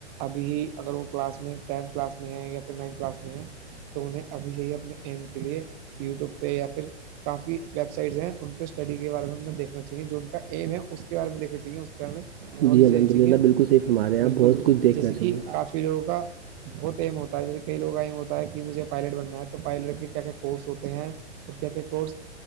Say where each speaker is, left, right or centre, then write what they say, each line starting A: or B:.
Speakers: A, on the right; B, on the right.
A: ابھی ہی اگر وہ کلاس میں ٹینھ کلاس میں ہے یا پھر نائنھ کلاس میں ہے تو انہیں ابھی سے ہی اپنے ایم کے لیے یوٹیوب پہ یا پھر کافی ویب سائٹس ہیں ان پہ اسٹڈی کے بارے میں دیکنا چاہیے جو ان کا ایم ہے اس کے بارے میں دیکھنا چاہیے اس کے بارے میں
B: جی
A: نالج
B: الحمد
A: لینی چاہیے
B: للہ بالکل صحیح فرما رہے ہیں
A: بالکل
B: آپ بہت کچھ دیکھنا
A: جیسے
B: چاہیے
A: کہ کافی لوگوں کا بہت ام ہوتا ہے جیسے کئی لووں کا ایم ہوتا ہے کہ مجھے پائلٹ بننا ہے تو پائلٹ کے کیا کیا کورس ہوتے ہیں اور کیا کیا کورس